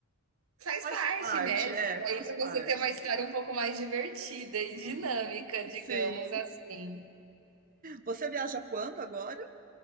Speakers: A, on the right; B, on the right.
A: faz
B: Faz
A: parte,
B: parte,
A: né?
B: é,
A: Ficou
B: faz
A: aí para
B: parte.
A: você ter uma história um pouco mais divertida e
B: Uhum,
A: dinâmica, digamos
B: Sim.
A: assim.
B: Você viaja quando agora?